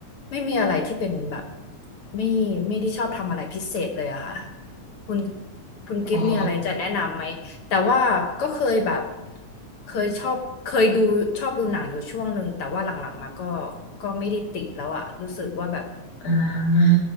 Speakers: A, on the left (about 65°); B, on the left (about 80°).
A: ไม่มีอะไรที่เป็นแบบไม่ไม่ได้ชอบทำอะไรพิเศษเลยอะค่ะคุณคุณกิฟต์มีอะไรจะแนะนำไหมแต่ว่าก็เคยแบบ
B: อ๋อ
A: เคยชอบเคยดูชอบดูหนังอยู่ช่วงหนึ่งแต่ว่าหลังๆมาก็ก็ไม่ได้ติดแล้วอะรู้สึกว่าแบบ
B: อ่า